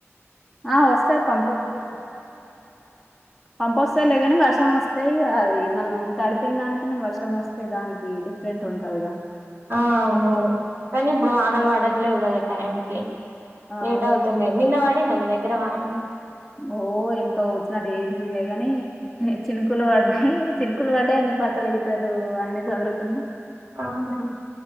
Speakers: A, in the centre; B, on the right (about 50°).
A: ఆ వస్తాయ్ పంప్ దే పంపొస్తాలే కానీ వర్షం వస్తాయి ఇగ అది మనం తడిపిన్దానుకున్నా వర్షం వస్తాయి దానికి ఇ రెంట్ ఉంటాయిగా
B: ఆ అవును కానీ ఇప్పుడు వానలు పడట్లేవు కదా టైంకిి
A: ఆ
B: లేట్
A: అదే
B: అవుతున్నాయి నిన్న వడిందా మీ దగ్గర వాన
A: ఓ ఎంత వచ్చినటు చేసిందిలేగాని చినుకులు పడ్డాయి చినుకులు పడ్డాయిన్ని బట్టల గిటలు అన్ని చదురుకున్నా
B: అవునా